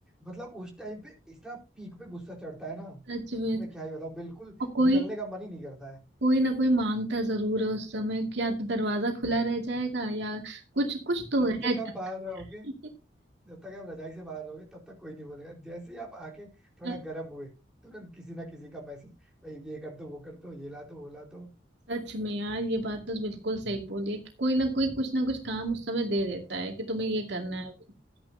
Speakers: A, in the centre; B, on the right (about 65°).
A: मतलब उस टाइम पे इतना पीक पे गुस्सा चढ़ता है ना
B: सच में
A: कि मैं क्या ही बताऊं बिल्कुल
B: और कोई
A: निकलने का मन ही नहीं करता है
B: कोई ना कोई मांगता जरूर है उस समय या तो दरवाजा खुला रह जाएगा या कुछ कुछ तो
A: जब
B: रह
A: तक
B: जाता
A: आप बाहर रहोगे
B: है
A: जब तक आप रजाई से बाहर रहोगे तब तक कोई नहीं बोलेगा जैसे ही आप आके थोड़ा
B: <laughs>
A: गर्म हुए तुरंत किसी ना किसी का मैसेज भाई ये कर दो वो कर दो ये ला दो वो ला दो
B: सच में यार ये बात तो बिल्कुल सही बोली है कि कोई ना कोई कुछ ना कुछ काम उस समय दे देता है कि तुम्हें ये करना है अभी